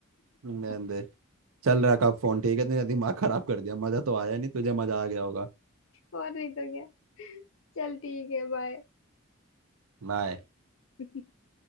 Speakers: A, on the right; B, on the left.
A: रहने
B: <laughs>
A: दे चल रहा का फोन ठीक है तेरा दिमाग खराब कर दिया मजा तो आया नहीं तुझे मजा आ गया होगा
B: और नहीं तो क्या चल ठीक है बाय
A: बाय
B: <laughs>